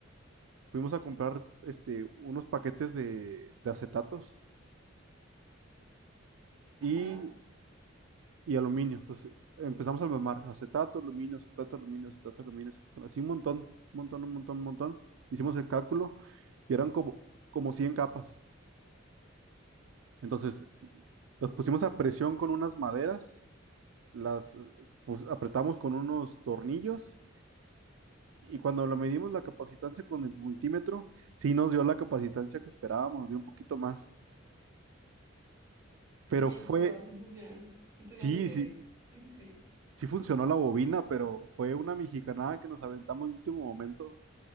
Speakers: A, on the right; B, on the right.
A: Fuimos a comprar este, unos paquetes de, de acetatos y,
B: Ajá,
A: y aluminio. Entonces empezamos a armar acetato, aluminio, acetato, aluminio, acetato, aluminio, acetato, así un montón, un montón, un montón, un montón. Hicimos el cálculo y eran como, como 100 capas. Entonces, Los pusimos a presión con unas maderas, las eh, pus- apretamos con unos tornillos y cuando lo medimos la capacitancia con el multímetro, sí nos dio la capacitancia que esperábamos, nos dio un poquito más. Pero
B: Ok, entonces
A: fue,
B: se sea, sí pusieron, sí pudieron
A: sí,
B: que,
A: sí,
B: <laughs> sí.
A: sí funcionó la bobina, pero fue una mexicanada que nos aventamos en el último momento.